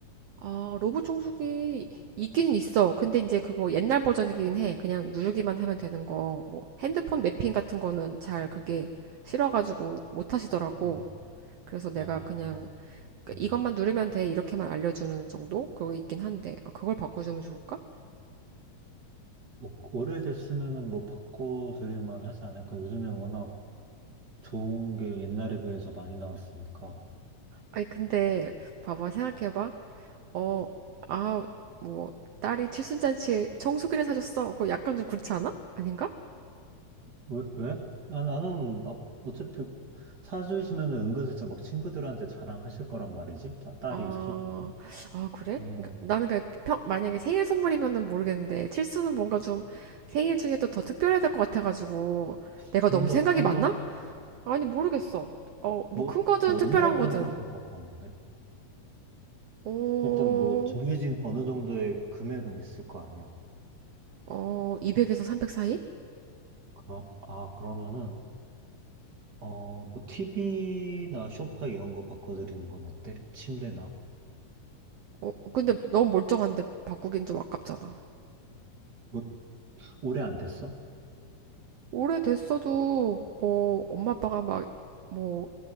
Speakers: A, on the right (about 85°); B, on the right (about 40°).
A: 아, 로브 청소기 있기는 있어. 근데 이제 그거 옛날 버전이긴 해. 그냥 누르기만 하면 되는 거. 뭐 핸드폰 매핑 같은 거는 잘 그게 싫어가지고 못 하시더라고.
B: 음,
A: 그래서 내가
B: 아,
A: 그냥 그
B: 음.
A: 이것만 누르면 돼. 이렇게만 알려주는 정도? 그거 있긴 한데. 아, 그걸 바꿔주면 좋을까?
B: 뭐 오래됐으면은 뭐 바꿔드릴 만 하지 않을까? 요즘에 워낙 좋은 게 옛날에 비해서 많이 나왔으니까.
A: 아니, 근데 봐봐. 생각해봐. 어, 아, 뭐 딸이 칠순잔치에 청소기를 사줬어. 그거 약간 좀 그렇지 않아? 아닌가?
B: 왜, 왜? 아, 나는, 나, 어차피 사주시면 은근슬쩍 막 친구들한테 자랑하실 거란 말이지? 따- 딸이
A: 아,
B: 사줬다고?
A: 아, 그래?
B: 어,
A: 그러니까 나는 그냥 평, 만약에 생일 선물이면은 모르겠는데 칠수는 뭔가 좀 생일 중에 또 더 특별해야 될 것 같아가지고 내가
B: 좀더
A: 너무 생각이
B: 큰
A: 많나?
B: 거?
A: 아니 모르겠어. 어, 뭐
B: 뭐,
A: 큰 거든
B: 뭐,
A: 특별한
B: 얼마 정도
A: 거든.
B: 생각하는데?
A: 어,
B: 일단 뭐, 정해진 어느 정도의 금액은 있을 거 아니야.
A: 어, 200에서 300 사이?
B: 그럼, 아, 그러면은, 어, 뭐, TV나 소파 이런 거 바꿔드리는 건 어때? 침대나?
A: 어, 근데 너무 멀쩡한데 바꾸긴 좀 아깝잖아.
B: 뭐, 오래 안 됐어?
A: 오래됐어도 뭐 엄마 아빠가 막 뭐